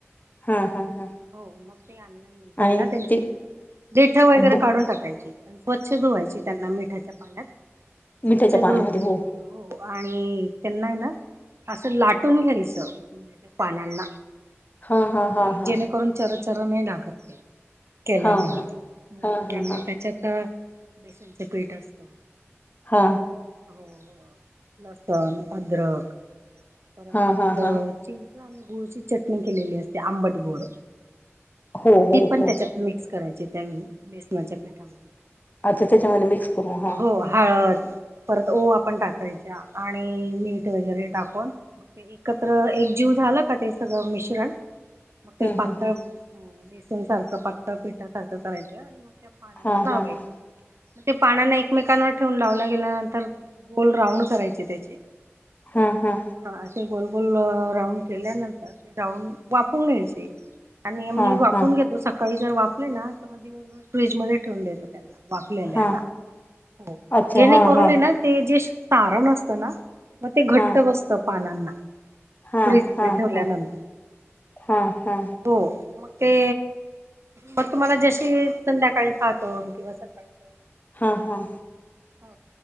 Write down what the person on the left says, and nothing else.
हा हा हा
आणि
ते
ब
मिठ्याच्या पाण्यामध्ये
हो.
हा
हा
हा हा
हा हा. हा हा हा
हा
हा
हा हा
हो हो
हो.
अच्छा त्याच्यामध्ये मिक्स करू हा
हा...
हम्म
हम्म
हा
हा हा
हा हा
हा
हा
हा
अच्छा
हा हा
हा
हा
हा
हा हा हा
हा हा...